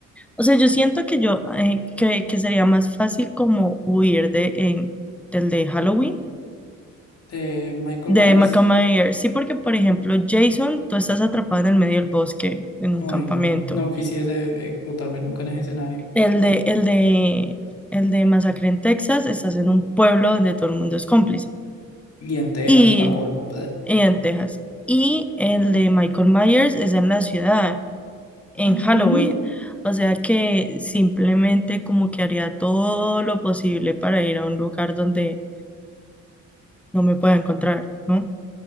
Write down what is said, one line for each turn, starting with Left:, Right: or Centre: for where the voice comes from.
Centre: O sea, yo siento que yo, eh, que, que sería más fácil como huir de, en- del de Halloween,
Left: ¿De Michael
Centre: de
Left: Myers?
Centre: Michael Sí, porque, por ejemplo, Jason, tú estás atrapado en el medio del bosque, en un
Left: Ay,
Centre: campamento.
Left: no, no quisiese eh, botarme nunca en ese escenario.
Centre: El de, el de, el de Masacre en Texas, estás en un pueblo donde todo el mundo es cómplice.
Left: Y en Texas,
Centre: y
Left: pa' colmo. Bleh.
Centre: en Texas. Y el de Michael Myers es en la ciudad, en
Left: Mm.
Centre: Halloween. O sea que simplemente como que haría todo lo posible para ir a un lugar donde no me pueda encontrar, ¿no?